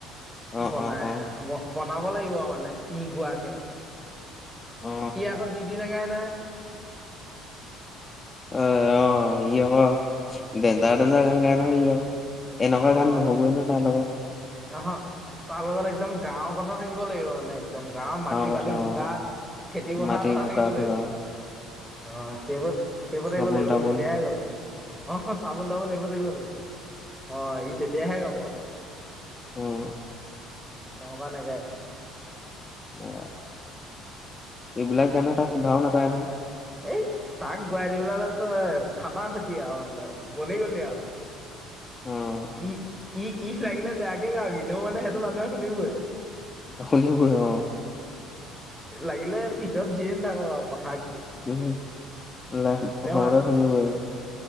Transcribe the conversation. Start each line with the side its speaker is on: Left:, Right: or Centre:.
Left: অ
Centre: বনাই
Left: অ অ
Centre: বনাব লাগিব মানে সি গোৱাকে
Left: অ অ
Centre: সি আকৌ জিতি নে গায় নহয়
Left: অ অ ই এ এন্তদ জাগান গাইানো অ এনেকুৱা
Centre: অঁ
Left: গান নহবই ন তাৰ লগত
Centre: অহ তাৰ লগত একদম গাঁওৰ কথা থাকিব লাগিব মানে একদম গাঁৱৰ মাটি
Left: কথা
Centre: বালি বোকা
Left: অ
Centre: খেতি পথাৰৰ
Left: মাটি
Centre: কথা
Left: বোকা
Centre: থাকিব
Left: চোকা
Centre: লাগিব অ সেইবত সেইবতাকিব
Left: চাবোন
Centre: লাগিব
Left: তাবোন
Centre: সি তেতিয়াহে কব অ' চাবোন তাবোন হেইবোৰ থাকিব লাগিব, অ' ই তেতিয়াহে গাব।
Left: উম।
Centre: নহ'বা নাগাই।
Left: নাগায় এইবিলাক গানে তাক শুধাও নাপায় নহয়
Centre: এই তাক গুৱাই দি পেল তো এ ফটা ফেটি আৰু মানে বনি গলি আৰু
Left: উম
Centre: ই ই ইথলাগিলে বেয়াকে গাও কিনেও মানে সেইটো মানুহে শুনিবই
Left: শুনিব অ
Centre: লাগিলে ভিতৰত যিয়ে নাথাকক আ
Left: উ লাই প্ৰথমতে
Centre: তেওঁ
Left: শুনিবই